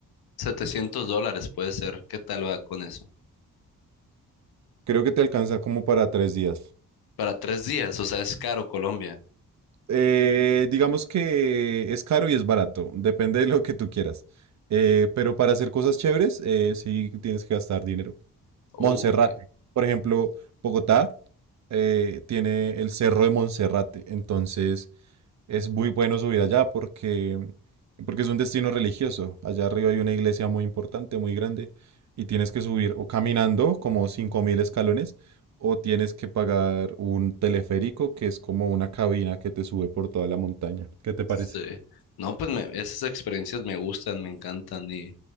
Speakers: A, on the left; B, on the right.
A: 700 dólares, puede ser. ¿Qué tal va con eso?
B: Creo que te alcanza como para tres días.
A: Para tres días, o sea, es caro Colombia.
B: Eh, digamos que es caro y es barato, depende de lo que tú quieras. Eh, pero para hacer cosas chéveres, eh, sí tienes que gastar dinero.
A: Oh,
B: Monserrate,
A: ok.
B: por ejemplo, Bogotá eh, tiene el Cerro de Monserrate. Entonces, Es muy bueno subir allá porque, porque es un destino religioso. Allá arriba hay una iglesia muy importante, muy grande, y tienes que subir o caminando como 5.000 escalones o tienes que pagar un teleférico que es como una cabina que te sube por toda la montaña. ¿Qué te
A: Sí.
B: parece?
A: No, pues me- esas experiencias me gustan, me encantan y,